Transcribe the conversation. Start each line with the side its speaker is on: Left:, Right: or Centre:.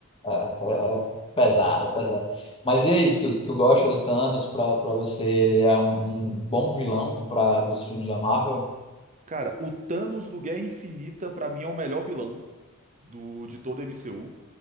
Left: é, é é pesado, pesado. Mas e aí, tu, tu gosta do Thanos? Pra, pra você, ele é um, um bom vilão para os filmes da Marvel?
Right: Cara, o Thanos do Guerra Infinita, pra mim, é o melhor vilão do, de todo o MCU.